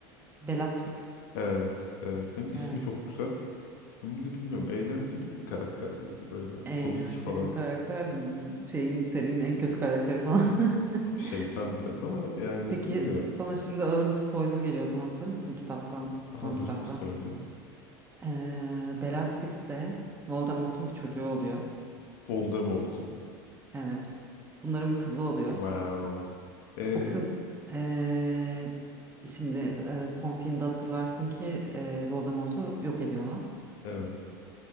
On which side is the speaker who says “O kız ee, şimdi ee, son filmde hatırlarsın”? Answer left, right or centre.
Right